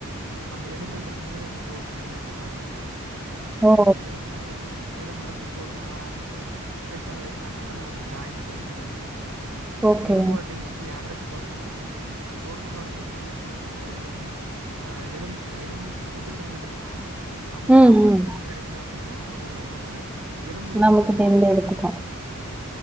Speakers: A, on the right; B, in the centre.
A: நம்ம எலும்புல்ருந்து இந்த ப்ரோட்டீனெல்லா எடுக்க ஆரமிச்சிரு
B: ஓ!
A: போ அந்த எலும்பு எலுபுல்ருந்து ப்ரோட்டீன் வர ஆரமிச்சா வயசாக வயசாக அந்த ஜாய்ன் பெய்னு போ
B: ஓகே.
A: எலும்போட டென்சிட்டி அடர்த்தி கொறஞ்சிரு ப்ரோட்டீனோட மெய்ன் சோர்ஸ் வந்து ஆ எலும் எலும் ஃபுட்டுல்ருந்து எடுக்க ற்தா அப்டி
B: ம்,
A: சாப்பாட்டுட்ருந்து
B: ம்.
A: கெடைக்கல அப்டின்னா நம்ம ஒடம்பு வந்து எலும்புல்ருந்து
B: நமக்கு
A: அந்த ப்ரோட்டீன்
B: தெரிஞ்ச
A: எடுக்க
B: எடுத்துக்கும்.
A: ஆரமிச்சிரு